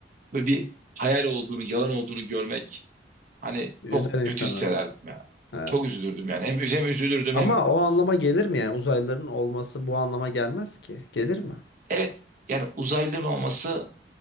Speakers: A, on the right; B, on the left.
A: böyle bir hayal olduğunu, yalan olduğunu görmek Hani
B: Üzer
A: çok
B: insanı.
A: kötü hissederdim yani.
B: Evet.
A: Çok üzülürdüm yani. Hem, üz- hem üzülürdüm
B: Ama
A: hem
B: o anlama gelir mi yani? Uzaylıların olması bu anlama gelmez ki. Gelir mi?
A: evet yani uzaylının olması